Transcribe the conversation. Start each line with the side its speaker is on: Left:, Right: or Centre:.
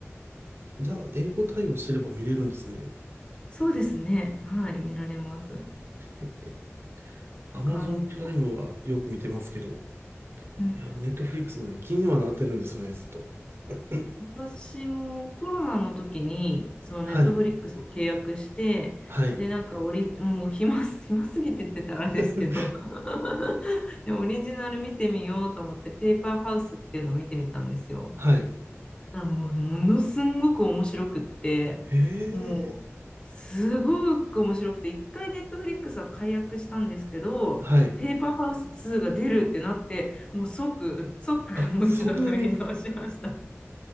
Right: じゃあ、英語対応してれば見れるんですね。
Left: そうですね。はい、見られます。
Right: え、
Left: なんかあの、
Right: Amazon プライムはよく見てますけど、い
Left: うん
Right: や、ネットフリックスもね、気にはなってるんですよね、ずっと。<clears throat>
Left: 私もコロナの時に、そのネットフリックスを契約して、
Right: はい。はい。
Left: で、なんかオリ、もう暇す、<laughs> 暇すぎてって言ってたらあれですけど
Right: <laughs>
Left: <laughs> で、オリジナル見てみようと思って、ペーパーハウスっていうのを見てみたんですよ。
Right: はい。
Left: だからもう、ものすんごく面白くって、
Right: へ
Left: もう、
Right: え。
Left: すごく面白くて、一回ネットフリックスは解約したんですけど、
Right: はい。
Left: ペーパーハウス2が出るってなって、もう即、即もう一度入り直しました。
Right: あ、そんなに、
Left: っ